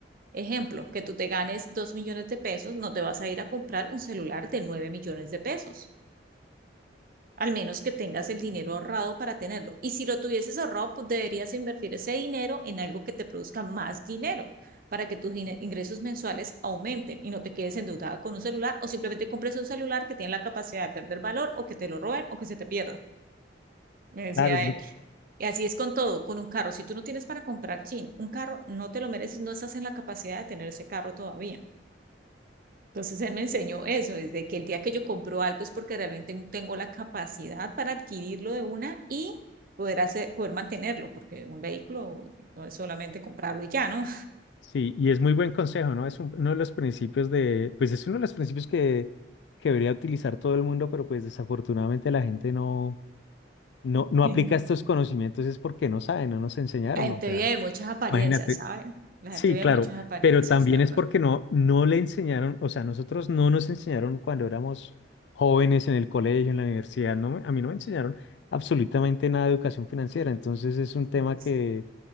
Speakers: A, on the right; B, on the left.
A: Ejemplo, que tú te ganes 2 millones de pesos, no te vas a ir a comprar un celular de 9 millones de pesos, al menos que tengas el dinero ahorrado para tenerlo. Y si lo tuvieses ahorrado, pues deberías invertir ese dinero en algo que te produzca más dinero para que tus ingresos mensuales aumenten y no te quedes endeudada con un celular o simplemente compres un celular que tiene la capacidad de perder valor o que te lo roben o que se te pierda, me decía
B: Claro, es lo-
A: él. Y así es con todo, con un carro. Si tú no tienes para comprar, chin, un carro no te lo mereces, no estás en la capacidad de tener ese carro todavía. Entonces él me enseñó eso, desde que el día que yo compro algo es porque realmente tengo la capacidad para adquirirlo de una y poder hacer, poder mantenerlo, porque un vehículo no es solamente comprarlo y ya, ¿no?
B: sí, y es muy buen consejo, ¿no? Es un- uno de los principios de, pues es uno de los principios que, que debería utilizar todo el mundo, pero pues desafortunadamente la gente no. no, no
A: <laughs>
B: aplica estos conocimientos es porque no sabe, no nos enseñaron,
A: La gente
B: o sea,
A: vive de muchas apariencias,
B: imagínate.
A: ¿sabes? La
B: Sí,
A: gente vive
B: claro,
A: de muchas apariencias,
B: pero también
A: la verdad.
B: es porque no, no le enseñaron, o sea, nosotros no nos enseñaron cuando éramos jóvenes en el colegio, en la universidad, no, me- a mí no me enseñaron absolutamente nada de educación financiera, entonces es un tema
A: Y es
B: que,